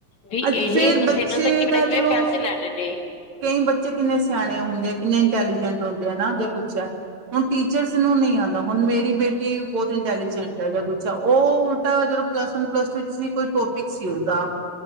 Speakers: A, on the left (about 70°); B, on the right (about 70°).
A: ਵੀ
B: ਅ
A: ਇਹ
B: ਫੇਿਰ
A: ਬਸ
B: ਬੱਚੇ
A: ਇਹਨਾਂ ਤਾਂ ਕਿਵੇਂ
B: ਦਾ
A: ਨਾ ਕਿਵੇਂ
B: ਚਲੋ
A: ਪੈਸੇ
B: <unintelligible>
A: ਲੈਣੇ ਨੇ
B: ਕਈ ਬੱਚੇ ਕਿੰਨੇ ਸਿਆਣੇ ਹੁੰਦੇ ਆ ਕਿੰਨੇ ਇੰਟੈਲੀਜੈਂਟ ਹੁੰਦੇ ਆ ਨਾ ਜਾਂ ਕੁਛ ਹੈ ਹੁਣ ਟੀਚਰਸ ਨੂੰ ਨਹੀਂ ਆਉਂਦਾ ਹੁਣ ਮੇਰੀ ਬੇਟੀ ਬਹੁਤ ਇੰਟੈਲੀਜੈਂਟ ਹੈ ਜਾਂ ਕੁਛ ਆ ਉਹ ਉਲਟਾ ਜ ਪਲੱਸ ਵਨ ਪਲੱਸ ਟੂ ਚ ਕੋਈ ਟੋਪਿਕ ਸੀ ਉਸਦਾ